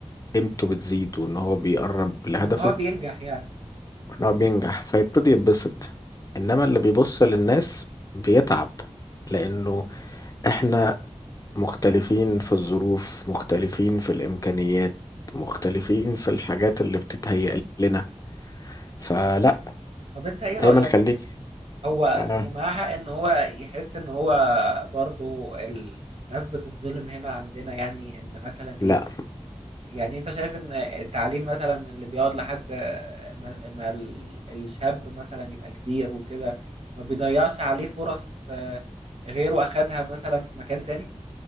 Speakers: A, on the left; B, on the right.
A: قيمته بتزيد وان هو بيقرب لهدفه
B: وان هو بينجح يعني
A: وان هو بينجح فيبتدي يتبسط انما اللي بيبص للناس بيتعب لانه احنا مختلفين في الظروف مختلفين في الامكانيات مختلفين في الحاجات اللي بتتهيأ لنا فلا
B: طب انت ايه رأيك
A: دايما خليك
B: يعني هو
A: آه.
B: هو معاه حق ان هو يحس ان هو برضو الناس بتتظلم هنا عندنا يعني ان مثلا ايه
A: لا
B: يعني انت شايف ان التعليم مثلا اللي بيقعد لحد ما, ما ال- الشاب مثلا يبقى كبير وكده ما بيضيعش عليه فرص آه، غيره اخدها مثلا في مكان تاني